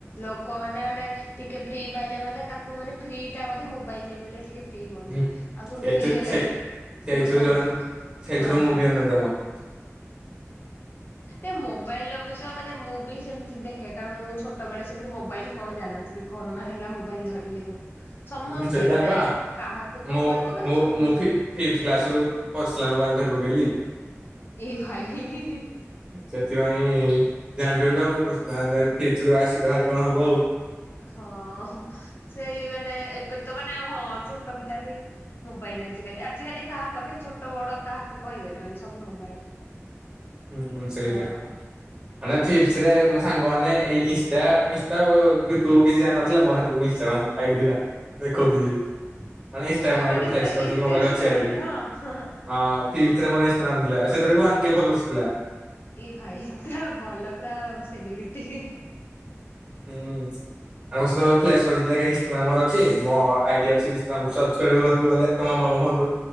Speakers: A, on the left (about 45°); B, on the right (about 25°).
A: ଲୋକମାନେ ମାନେ ଟିକେ ଫ୍ରି ପାଇଲା ମାନେ ତାଙ୍କୁ ମାନେ ଫ୍ରି ଟା ବୋଧେ ମୋବାଇଲରେ ମିଳେ ଟିକେ। ଫ୍ରି ହୁଅନ୍ତି
B: ହୁଁ
A: ଆଗରୁ
B: ସେଇଥି
A: ଫ୍ରି ହେଲେ
B: ସେଇ ସେଇଥିରୁ
A: ଲୋକ
B: ଜଣେ ସେଇଥିରୁ
A: ହଁ
B: ମୁଁ
A: ହଁ।
B: ବି <inaudible>
A: ଏ ମୋବାଇଲ ଅବଶ୍ୟ ମାନେ ମୁଁ ବି ସେମତି ଦେଖେ, କାରଣ ମୁଁ ଛୋଟବେଳେ ସେମତି ମୋବାଇଲ କଣ ଜାନିନଥିଲି କରୋନା ହେଲା ମୋବାଇଲ ଧରିଲି ମୁଁ। ସମସ୍ତେ
B: ହଁ ସେଇଟା
A: ମାନେ
B: ବା
A: କାହାକୁ କଣ
B: ମୁଁ
A: କହିବ ମାନେ ସମସ୍ତେ
B: ମୁଁ ଫିଫଥି
A: ହିଁ
B: କ୍ଲାସ୍ ରୁ ପର୍ସନାଲ ମୋବାଇଲ ଧରି ପକେଇଲି।
A: ଏ ଭାଇ
B: ସେଥିପାଇଁ ଜାଣିଥିବେ ତ ଆଉ ପ୍ରଶ୍ନ ଫିଚରୁୁ ଆସିଲେ ଭାରି କଣ ହବ ଆଉ।
A: ହଁ ସେଇ ମାନେ ଏବେ ତ ମାନେ ହଁ ଛୋଟ ପିଲା ବି ମୋବାଇଲ ଆଜିକାଲି ଆଜିକାଲି କାହା ପାଖରେ ଛୋଟ ବଡ କାହାକୁ କହିପାରିବନି ସବୁ ମୋବାଇଲ।
B: ହୁଁ ସେଇଟା
A: ହଁ।
B: ମାନେ ଫିଫଥିରେ ମୋ ସାଙ୍ଗ ମାନେ ମାନେ ଏଇ ଇନଷ୍ଟା ଇନଷ୍ଟା ଇୟୁଟୁବ୍ କିଛି ଜାଣିନଥିଲା ମୋର ସେତବେଳକୁ ଇନଷ୍ଟାଗ୍ରାମ୍ ଆଇଡି ଥିଲା। ଦେଖଉଥିଲି ମାନେ ଇନଷ୍ଟାଗ୍ରାମ୍
A: ହଉ
B: ଆଇଡି
A: ମାନେ
B: ର ରିଫ୍ଲେକ୍ସ୍
A: ପୁରା
B: କରିଥିଲି
A: ଏତେ
B: ମୋ ପାଖରେ
A: ଛୋଟ
B: ଅଛି ଆଇଡି
A: ବେଳୁ ନୁହଁ
B: ହଁ। ଫିଫଥିରେ ମୋର ଇନଷ୍ଟାଗ୍ରାମ୍ ଥିଲା ସେଥିରେ ୱନ୍ କେ ଫଲୋରସ୍ ଥିଲା।
A: ଏଇ ଭାଇ ତ ଭଲ ପୁରା ସେଲିବ୍ରେଟି।
B: ହୁଁ ଆଗୁରୁ କରିଥିଲା କି ଇନଷ୍ଟାଗ୍ରାମ୍ ମୋର ଅଛି ମୋ ଆଇଡି ଅଛି ଇନଷ୍ଟାଗ୍ରାମ୍ ସର୍ଚ କରିବାକୁ ଗଲେ ତୋ ମାମାଙ୍କ ଫୋନ